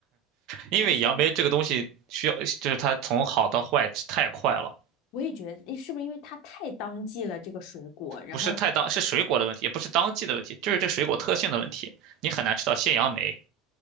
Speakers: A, on the right (about 55°); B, on the left (about 55°).
A: 因为杨梅这个东西需要，
B: 他说。
A: 就是它从好到坏太快了，
B: 我也觉得，诶，是不是因为它太当季了这个水果？然后，
A: 不是太当，是水果的问题，也不是当季的问题，就是这水果特性的问题，你很难吃到鲜杨梅。